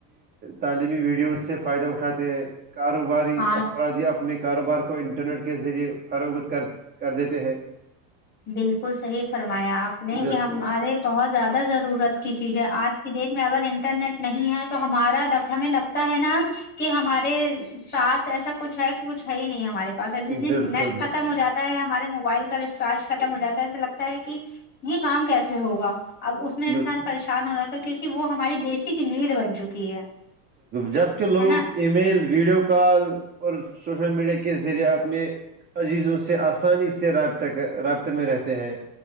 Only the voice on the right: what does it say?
تعلیمی ویڈیو سے فائدہ اٹھاتے ہیں کار کوباری
افرادیا اپنے کاروبار کو انٹرنیٹ کے ذریعے فروغت کر کر دیتے ہیں
بالکل
بالکل
بالکل
بالکل
جبکہ لوگ
ای میل ویڈیو کال اور سوشل میڈیا کے ذریعہ اپنے عزیزوں سے آسانی سے رابطہ رابطے میں رہتے ہیں